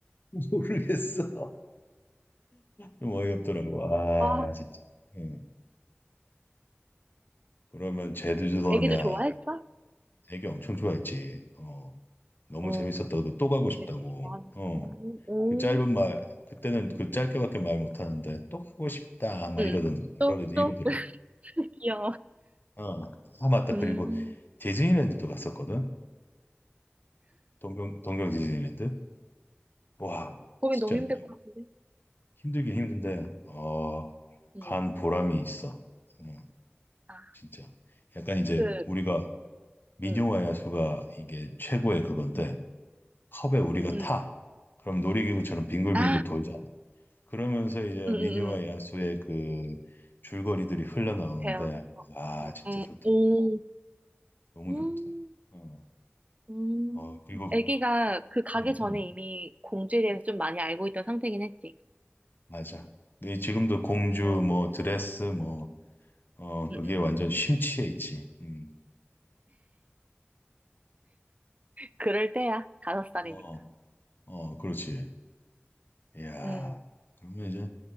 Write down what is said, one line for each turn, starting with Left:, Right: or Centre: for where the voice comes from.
Left: <laughs> 모르겠어. 좀 어이없더라고. 아,
Right: 아,
Left: 진짜. 예. 그러면 제주도냐.
Right: 애기도 좋아했어?
Left: 애기 엄청 좋아했지. 어, 너무
Right: 어,
Left: 재밌었다고, 또 가고 싶다고.
Right: 되게 좋아하는 거.
Left: 어,
Right: 오,
Left: 그 짧은 말, 그때는 그 짧게밖에 말 못하는데, 또 가고 싶다. 막
Right: 응.
Left: 이러던, 이러,
Right: 또,
Left: 이러더라고.
Right: 또? <laughs> 귀여워.
Left: 어, 아, 맞다.
Right: 음,
Left: 그리고 디즈니랜드도 갔었거든. 동경, 동경 디즈니랜드. 와,
Right: 보기
Left: 진짜.
Right: 너무 힘들 것 같은데.
Left: 힘들긴 힘든데 어,
Right: 응
Left: 간 보람이 있어. 응,
Right: 아,
Left: 진짜. 약간 이제
Right: 그,
Left: 우리가 민요와
Right: 응,
Left: 야수가 이게 최고의 그건데
Right: 응
Left: 컵에 우리가
Right: 응,
Left: 타. 그럼 놀이기구처럼 빙글빙글
Right: 아,
Left: 돌잖아. 그러면서 이제
Right: 응, 응,
Left: 민요와
Right: 응.
Left: 야수의 그 줄거리들이 흘러나오는데
Right: 배우. 어,
Left: 아
Right: 어,
Left: 진짜
Right: 응.
Left: 좋더라고.
Right: 오,
Left: 너무
Right: 음,
Left: 좋더라. 어,
Right: 음,
Left: 어 그리고
Right: 애기가 그 가기
Left: 음,
Right: 전에
Left: 음,
Right: 이미 공주에 대해서 좀 많이 알고 있던 상태긴 했지.
Left: 맞아. 근데 지금도 공주
Right: 응,
Left: 뭐 드레스 뭐 어 그게
Right: 응, 응.
Left: 완전 심취해 있지. 음.
Right: 그럴 때야. 다섯 살이니까.
Left: 어, 어, 그렇지. 이야,
Right: 응
Left: 그러면 이제